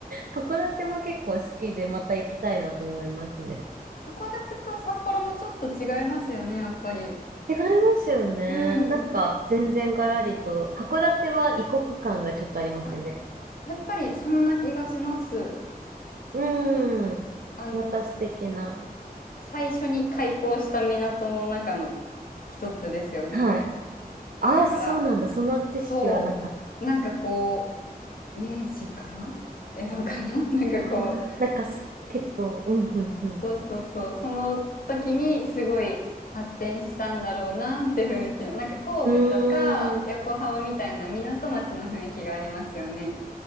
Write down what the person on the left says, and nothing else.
函館と札幌もちょっと違いますよね、やっぱり。
うん。
あ、やっぱりそんな気がします。
あの、
最初に開港した港の中の一つですよね。
だから、
そう、なんかこう、明治かな江戸かな <laughs> なんかこう、
そうそうそう、その時にすごい発展したんだろうなって雰囲気の、なんか神戸とか横浜みたいな港町の雰囲気がありますよね。